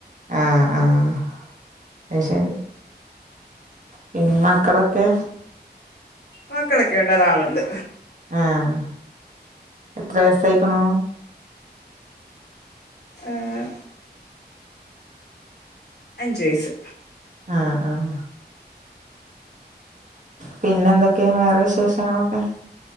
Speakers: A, on the right; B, on the left.
A: ആഹ് ആഹ് ശരി പിന്നെ മക്കളൊക്കെ
B: മക്കളൊക്കെ വേണ്ട ഒരാളുണ്ട്
A: ആഹ് എത്ര വയസായിക്കണു
B: ഏഹ് അഞ്ച് വയസ്സ്
A: ആഹ് ആഹ് പിന്നെ എന്തൊക്കെയാ വേറെ വിശേഷങ്ങളൊക്കെ